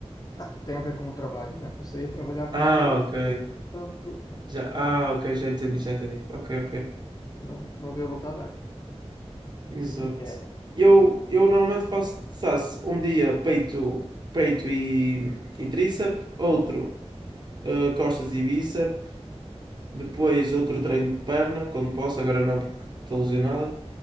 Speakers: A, on the left; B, on the right.
A: Ah, tem a ver com o trabalho, né? Passei a trabalhar remotamente,
B: Ah, ok.
A: portanto,
B: Já, ah, ok, já entendi, já entendi. Ok, ok.
A: não, não havia volta a dar.
B: Exato.
A: E é,
B: Eu, eu normalmente faço, faço um dia peito, peito e, e tríceps, outro eh, costas e bíceps, depois outro treino de perna, quando posso, agora não porque estou lesionado,